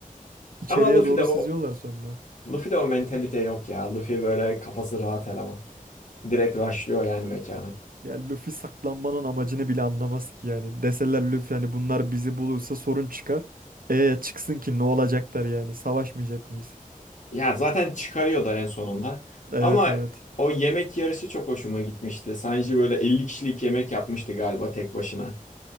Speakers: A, on the right; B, on the left.
A: İçeriye
B: Ama Luffy
A: doğru
B: de o
A: sızıyorlar sonra.
B: Luffy de o mentalite yok ya. Luffy böyle kafası rahat eleman. Direkt rushlıyor yani mekana.
A: Ya Luffy saklanmanın amacını bile anlamaz ki yani. Deseler Luffy hani bunlar bizi bulursa sorun çıkar. E çıksın ki ne olacaklar yani? Savaşmayacak mıyız?
B: Ya zaten çıkarıyor da en sonunda.
A: Evet
B: Ama
A: evet.
B: o yemek yarışı çok hoşuma gitmişti. Sanji böyle 50 kişilik yemek yapmıştı galiba tek başına.